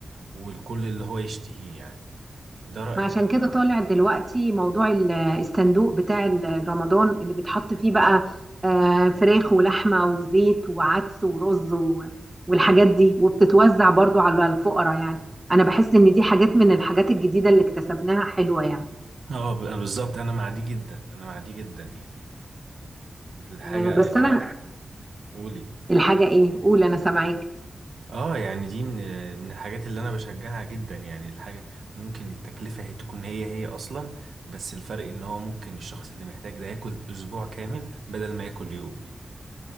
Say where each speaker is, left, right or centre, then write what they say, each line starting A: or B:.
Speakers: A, on the right (about 80°); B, on the right (about 15°).
A: والكل اللي هو يشتهيه يعني ده رأيي
B: ما عشان
A: يعني
B: كده طالع دلوقتي موضوع ال- الصندوق بتاع ال- رمضان اللي بيتحط فيه بقى آه، فراخ ولحمة وزيت وعدس ورز و- والحاجات دي وبتتوزع برضو على الفقراء يعني أنا بحس إن دي حاجات من الحاجات الجديدة اللي اكتسبناها حلوة يعني
A: اه ب- بالظبط انا مع دي جدا انا مع دي جدا يعني الحاجة
B: آه، بس
A: الحاجة
B: أنا
A: قولي
B: الحاجة إيه؟ قول أنا سامعاك
A: اه يعني دي من من الحاجات اللي انا بشجعها جدا يعني الحاجة ممكن التكلفة هي تكون هي هي اصلا بس الفرق ان هو ممكن الشخص اللي محتاج ده ياكل اسبوع كامل بدل ما ياكل يوم يعني